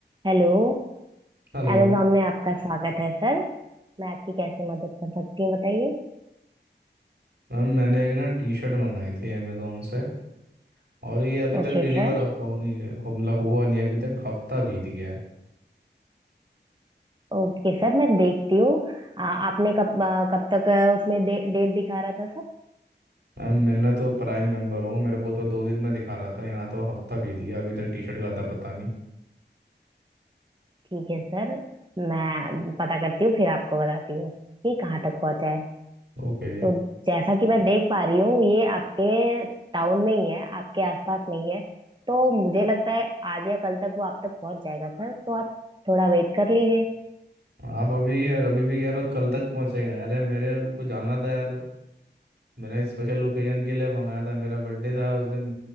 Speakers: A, on the right; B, on the right.
A: Hello
B: हेलो
A: Amazon में आपका स्वागत है सर मैं आपकी कैसे मदद कर सकती हूँ बताइए
B: मैम मैंने एक ना टी शर्ट मंगाई थी अमेजोन से और ये अभी
A: Okay
B: तक डिलीवर
A: sir
B: हो नहीं हो मतलब हुआ नहीं अभी तक हफ्ता बीत गया है
A: ओके सर मैं देखती हूँ आ, आपने कब आ, कब तक आ, उसमें डे, डेट दिखा रहा था सर
B: मैम मैंने तो प्राइम मेंबर हूँ मेरे को तो दो दिन में दिखा रहा था यहाँ तो हफ्ता बीत गया अभी तक टी शर्ट का आता पता नहीं
A: ठीक है सर मैं पता करती हूँ फिर आपको बताती हूँ कि कहाँ तक पहुँचा है
B: ओके जी
A: तो जैसा कि मैं देख पा रही हूँ ये आपके टाउन में ही है आपके आसपास नहीं है तो मुझे लगता है आज या कल तक वो आप तक पहुँच जाएगा सर तो आप थोड़ा वेट कर लीजिए
B: आप अभी यार अभी भी कह रहे हो कल तक पहुँचेगा यार ये मेरे को जानना था यार मैंने स्पेशल ओकेजन के लिए मंगाया था मेरा बर्थडे था उस दिन